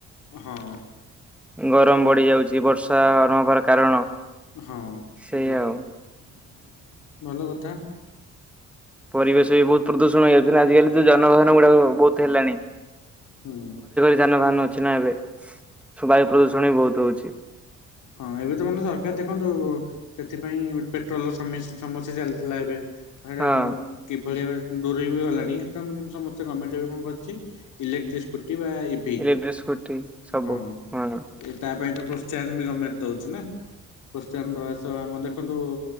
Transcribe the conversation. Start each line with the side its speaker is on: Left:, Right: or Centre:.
Left: ହଁ।
Centre: ଗରମ ବଢ଼ି ଯାଉଛି, ବର୍ଷା ନହବାର କାରଣ।
Left: ହଁ
Centre: ସେଇଆ
Left: ସେଇଟା ବି ଠିକ୍।
Centre: ଆଉ
Left: ଭଲ କଥା।
Centre: ପରିବେଶ ବି ବହୁତ ପ୍ରଦୂଷଣ ହେଇଯାଉଛି ନା ଆଜିକାଲି ଯୋଉ ଯାନବାହନ ଗୁଡ଼ାକ ବହୁତ ହେଲାଣି।
Left: ହୁଁ।
Centre: ଯାନବାହନ ଅଛି ନା ଏବେ ଶୋ ବାୟୁ ପ୍ରଦୂଷଣ ବି ବହୁତ ହଉଛି।
Left: ହଁ ଏବେ ତ ମାନେ ସରକାର ଦେଖନ୍ତୁ ସେଥିପାଇଁ ଗୋଟେ ପେଟ୍ରୋଲର ସମି ସମସ୍ୟା ଚାଲିଥିଲା ଏବେ। <unintelligible>
Centre: ହଁ
Left: କିଭଳି ଭାବେ ଦୂରେଇ ବି ଗଲାଣି କିନ୍ତୁ ଆମେ କିନ୍ତୁ ସମସ୍ତେ ଗମେଣ୍ଟ ଏବେ କଣ କରିଛି ଇଲେକ୍ଟ୍ରିକ ସ୍କୁଟି ବା ଏଭ
Centre: <unintelligible> ସ୍କୁଟି। ସବୁ
Left: ହଁ,
Centre: ହଁ
Left: ଏ ତା ପାଇଁ ତ ପ୍ରୋତ୍ସାହନ ବି ଗମେଣ୍ଟ ଦଉଛି ନା। ପ୍ରୋତ୍ସାହନ ଦବା ସହ ଆମ ଦେଖନ୍ତୁ